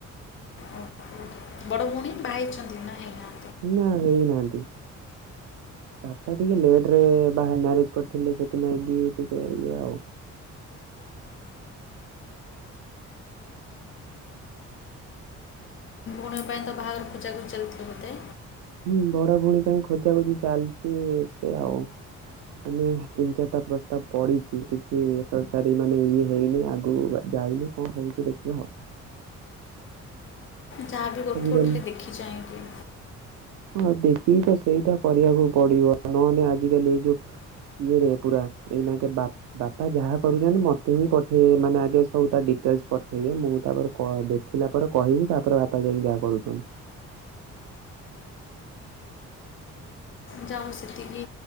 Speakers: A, on the left; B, on the right.
A: ଓହୋ। ବଡ଼ ଭଉଣୀ ବା ହେଇଛନ୍ତି ନା ହେଇ ନାହା
B: ନା ହେଇନାହାନ୍ତି। ବାପା ଟିକେ ଲେଟରେ ବାହା ମ୍ୟାରେଜ କରିଥିଲେ ସେଥିନାଗି ଟିକେ ଇଏ ଆଉ।
A: ଆପଣ ଙ୍କ ପାଇଁ ତ ବାହାଘର ଖୋଜାଖୋଜି ଚାଲିିଥିବ ବୋଧେ।
B: ହୁଁ ବଡ଼ ଭଉଣୀ ପାଇଁ ଖୋଜା ଖୋଜି ଚାଲିଛି ଏବେ ଆଉ। ମାନେ ତିନି ଚାରିଟା ପ୍ରସ୍ତାବ ପଡି଼ଛି କିଛି ଏତ ସାରି ମାନେ ଇଏ ହେଇନି ଆଗକୁ ଗଲେ ଯାଇନି କଣ ହେଉଛି ଦେଖିବା ଆଉ।
A: ଯାହା ବିି କରୁଥିବ
B: ଆଜିକାଲି
A: ଟିକେ ଦେଖି ଚାହିଁକି।
B: ହଁ ଦେଖିକି ତ ସେଇଟା କରିବାକୁ ପଡି଼ବ ନହେଲେ ଆଜିକାଲି ଏଇ ଯୋଉ ଇଏରେ ପୁରା ଏଇନାକେ ବାପ ବାପା ଯାହା କରୁଛନ୍ତି ମତେ ହିଁ ପଠେଇବେ ମାନେ ଆଗେ ସବୁ ତା ଡିଟେଲସ ପଠେଇବେ ମୁଁ ତାପରେ କ ଦେଖି ଦେଖିଲା ପରେ କହିବି ତାପରେ ବାପା ଯାଇକି ଯାହା କରୁଛନ୍ତି।
A: ଯାଉ ସେତିକି